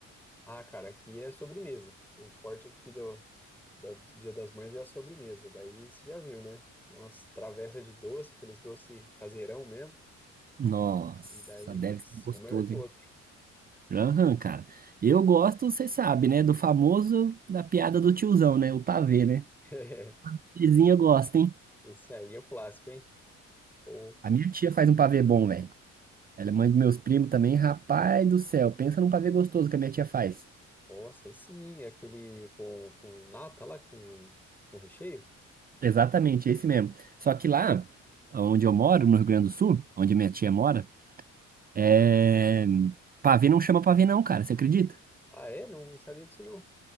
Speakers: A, in the centre; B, on the right.
A: Ah, cara, aqui é sobremesa. O forte aqui do, da- do Dia das Mães é a sobremesa. Daí você já viu, né? Umas travessas de doce, aqueles doce caseirão mesmo.
B: Nossa,
A: E daí,
B: deve
A: putz,
B: ser gostoso,
A: um melhor que
B: hein?
A: o outro.
B: Aham, cara. Eu gosto, você sabe, né, do famoso da piada do tiozão, né? O pavê, né?
A: <laughs>
B: Vizinha gosta, hein?
A: Esse aí é o clássico, hein? Ou,
B: A minha tia faz um pavê bom, velho. Ela é mãe dos meus primos também, rapaz do céu. Pensa num pavê gostoso que a minha tia faz.
A: nossa, aí sim, hein? Aquele com, com nata lá, com, com recheio?
B: Exatamente, esse mesmo. Só que lá, onde eu moro, no Rio Grande do Sul, onde minha tia mora, é... pavê não chama pavê não, cara, você acredita?
A: Ah, é? Não sabia disso, não.